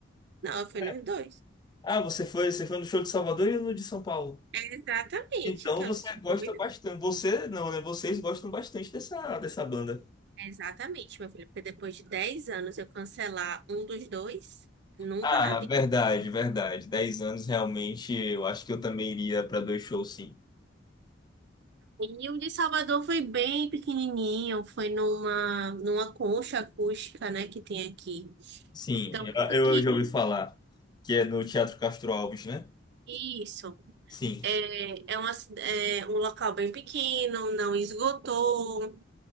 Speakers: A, on the right (about 60°); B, on the left (about 20°).
A: Não, eu fui
B: É.
A: nos dois.
B: Ah, você foi, você foi no show de Salvador e no de São Paulo.
A: É exatamente,
B: Então
A: que eu
B: você
A: não sou
B: gosta
A: doida.
B: bastante. Você não, né? Vocês gostam bastante dessa, dessa banda.
A: É exatamente, meu filho, porque depois de 10 anos eu cancelar um dos dois, nunca
B: Ah,
A: na
B: verdade, verdade. 10 anos realmente, eu acho que eu também iria para dois shows, sim.
A: E o de Salvador foi bem pequenininho, foi numa, numa concha acústica, né, que tem aqui.
B: Sim,
A: Então,
B: eu,
A: o que
B: eu já ouvi falar que é no Teatro Castro Alves, né?
A: isso
B: Sim.
A: é, é, uma ci- é um local bem pequeno, não esgotou.